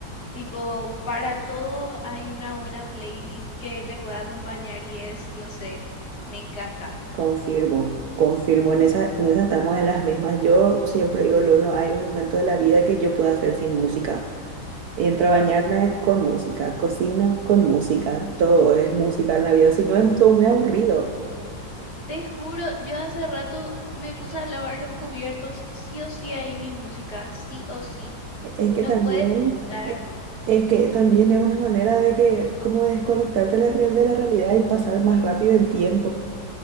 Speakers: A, on the left; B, on the right.
A: tipo para todo hay una buena playlist que le pueda acompañar y es, no sé, me encanta.
B: Confirmo, confirmo, en esa, en esa estamos en las mismas. Yo siempre digo, lo no hay un momento de la vida que yo pueda hacer sin música. Entro a bañarme con música, cocino con música, todo es música en la vida, si no es todo muy aburrido.
A: Te juro, yo hace rato me puse a lavar los cubiertos, sí o sí ahí mi música, sí o sí,
B: Es que
A: no
B: también,
A: puede estar.
B: eh, es que también es una manera de que, como desconectarte de la, re- de la realidad y pasar más rápido el tiempo.